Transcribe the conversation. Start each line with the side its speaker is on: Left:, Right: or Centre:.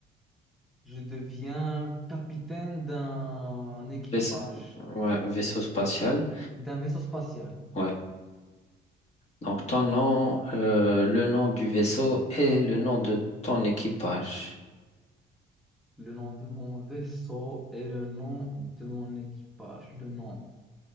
Centre: Je deviens capitaine d'un équipage,
Left: Vaisse- ouais, vaisseau spatial.
Centre: d'un vaisseau spatial.
Left: Ouais. Donc ton nom, euh, le nom du vaisseau et le nom de ton équipage.
Centre: Le nom de mon vaisseau et le nom de mon équipage. Le nom